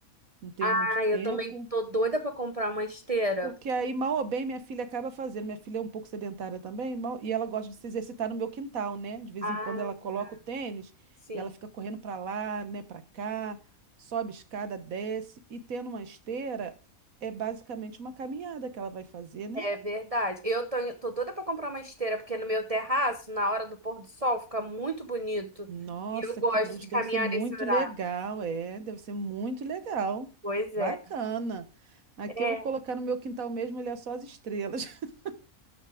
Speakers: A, on the right (about 75°); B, on the right (about 30°).
A: não tenho
B: ah,
A: muito
B: eu
A: tempo.
B: também tô doida pra comprar uma esteira.
A: Porque aí, mal ou bem, minha filha acaba fazendo. Minha filha é um pouco sedentária também, mal- e ela gosta de se exercitar no meu quintal, né? De vez
B: Ah,
A: em quando ela coloca
B: tá.
A: o tênis
B: sim.
A: e ela fica correndo pra lá, né, Pra cá, sobe escada, desce e tendo uma esteira é basicamente uma caminhada que ela vai fazer, né?
B: É verdade. Eu tô, tô doida pra comprar uma esteira, porque no meu terraço, na hora do pôr do sol, fica muito bonito.
A: Nossa,
B: E eu gosto
A: que luxo,
B: de caminhar
A: deve ser muito
B: nesse horário.
A: legal, é, deve ser muito legal.
B: Pois é.
A: Bacana. Aqui
B: É.
A: eu vou colocar no meu quintal mesmo, ele é só as estrelas. <laughs>